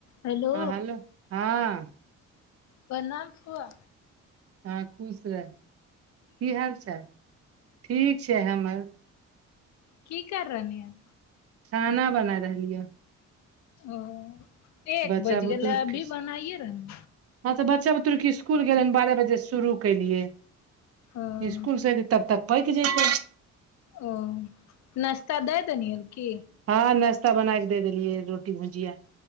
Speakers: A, on the left; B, on the right.
A: hello
B: हँ हँ
A: प्रणाम फुआ
B: हँ खुश रहे की हाल चाल ठीक छै हमर
A: की कर रहलि हन
B: खाना बनाय रहलियै
A: ओ एक
B: बच्चा
A: बज
B: बुतरुक
A: गेलै अभी बनाइए रहल
B: हँ तऽ बच्चा बुतुक स्कुल गेलय बारह बजे शुरू कयेलिये
A: ओ
B: स्कूल से एतै तब तक पक जेतय
A: ओ नास्ता दए देलियैन की
B: हँ नाश्ता बनाई क द देलियै रोटी भुजिया